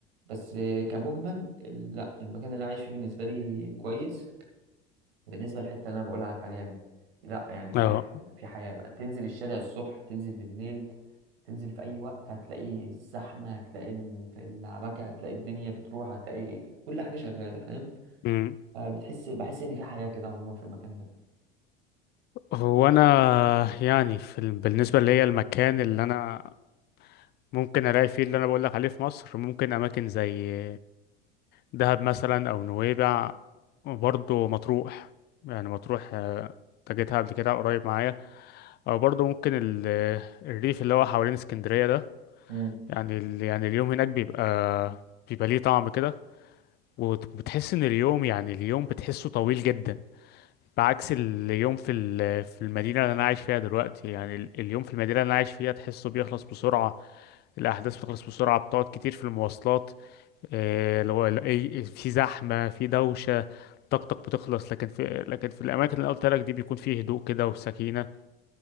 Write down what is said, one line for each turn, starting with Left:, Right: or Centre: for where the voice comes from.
Right: بس كمجمل ال- لا المكان اللي أنا عايش فيه بالنسبة لي كويس بالنسبه للحته اللي انا بقول لك عليها دي لا يعني في
Left: اه
Right: حياه في حياه بقى تنزل الشارع الصبح تنزل بالليل تنزل في اي وقت هتلاقي الزحمه هتلاقي ال- في العبكه هتلاقي الدنيا بتروح هتلاقي كل حاجه شغاله فاهم
Left: امم
Right: آه، بتحس بحس ان في حياه كده عموما في المكان ده
Left: هو انا يعني في ال- بالنسبه ليا المكان اللي انا ممكن الاقي فيه اللي انا بقول لك عليه في مصر ممكن اماكن زي دهب مثلا او نويبع وبرضه مطروح يعني مطروح آه، تجيتها قبل كده قريب معايا او برضه ممكن ال- الريف اللي هو حوالين اسكندرية ده
Right: مم.
Left: يعني ال- يعني اليوم هناك بيبقى بيبقى ليه طعم كده وت- وبتحس ان اليوم يعني اليوم بتحسه طويل جدا بعكس اليوم في ال- في المدينة اللي انا عايش فيها دلوقتي يعني ال- اليوم في المدينة اللي انا عايش فيها تحسه بيخلص بسرعة الاحداث بتخلص بسرعة بتقعد كتير في المواصلات آه، اللي هو ال- أي- في زحمة في دوشة طاقتك بتخلص لكن في لكن في الأماكن اللي قلت لك دي بيكون فيه هدوء كده وسكينة